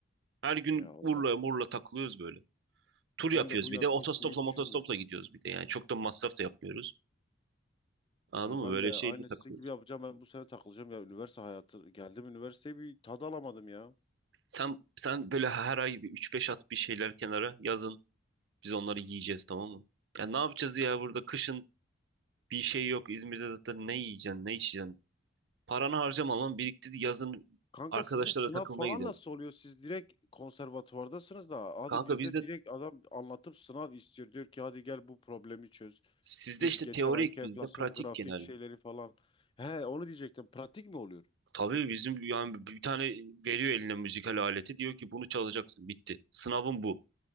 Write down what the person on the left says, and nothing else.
Ya Allah.
Ben de bu
yaz
gitmeyi düşünmüyorum.
Ya
Ben
de
aynı
sizin gibi yapacağım. Ben bu sene takılacağım ya üniversite hayatı. Geldim üniversiteye bir tad alamadım ya.
Kanka
sizin sınav
falan
nasıl oluyor? Siz direkt konservatuvardasınız da hadi
bizde
direkt adam anlatıp sınav istiyor. Diyor ki hadi gel bu problemi çöz.
Git
geçen
ayki enflasyon
grafik
şeyleri falan. He onu diyecektim. Pratik mi oluyor?